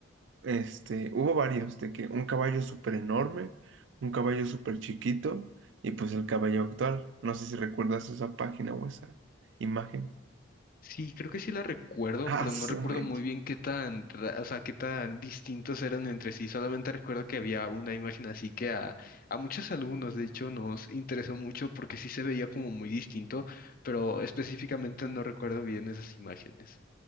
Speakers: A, on the right; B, on the left.
A: este, hubo varios, de que un caballo súper enorme, un caballo súper chiquito y pues el caballo actual. No sé si recuerdas esa página o esa imagen.
B: Sí, creo que sí la recuerdo,
A: Ah,
B: pero
A: su
B: no recuerdo
A: mecha.
B: muy bien qué tan, ra- o sea, qué tan distintos eran entre sí. Solamente recuerdo que había una imagen así que a, a muchos alumnos, de hecho, nos interesó mucho porque sí se veía como muy distinto, pero específicamente no recuerdo bien esas imágenes.